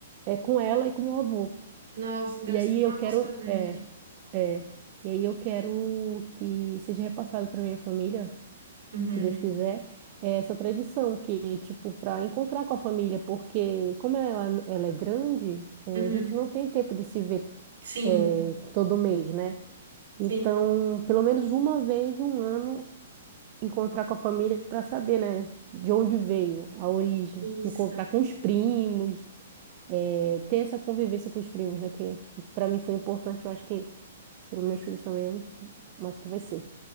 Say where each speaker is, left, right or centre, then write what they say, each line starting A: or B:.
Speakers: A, on the right; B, on the right.
A: é, com ela e com meu avô.
B: Nossa, deve
A: E aí
B: ser tão
A: eu quero
B: emocionante.
A: é, é, e aí eu quero que seja repassado para minha família
B: Uhum,
A: se Deus quiser, é essa tradição que, tipo, para encontrar com a família, porque como ela, ela é grande, é,
B: uhum.
A: a gente não tem tempo de se ver
B: Sim,
A: é, todo mês, né?
B: sim.
A: Então, pelo menos uma vez no ano, encontrar com a família para saber, né? De onde veio a origem,
B: Isso,
A: encontrar com os primos, é, ter essa convivência com os primos, né? Que, que para mim foi importante, eu acho que para os meus filhos também, eu acho que vai ser.